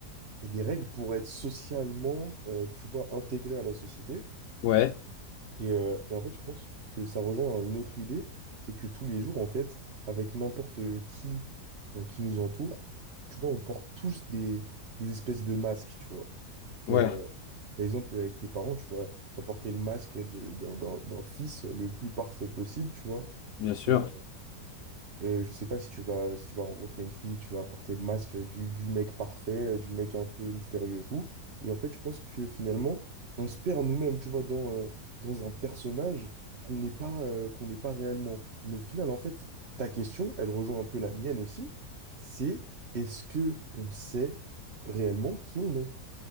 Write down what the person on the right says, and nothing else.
y a des règles pour être socialement, euh, tu vois, intégré à la société.
Et, euh, et en fait, je pense que ça rejoint une autre idée, c'est que tous les jours, en fait, avec n'importe qui euh, qui nous entoure, tu vois, on porte tous des, des espèces de masques, tu vois. Genre,
euh, par exemple, avec tes parents, tu vois, tu vas porter le masque de- d'un d'un- d'un fils le plus parfait possible, tu vois.
Euh, euh, je sais pas si tu vas, si tu vas rencontrer une fille, tu vas porter le masque du, du mec parfait, euh, du mec un peu mystérieux et tout. Et en fait, je pense que finalement, on se perd nous-mêmes, tu vois, dans, euh, dans un personnage qu'on n'est pas, euh, qu'on n'est pas réellement. Mais au final, en fait, ta question, elle rejoint un peu la mienne aussi, c'est est-ce que on sait réellement qui on est?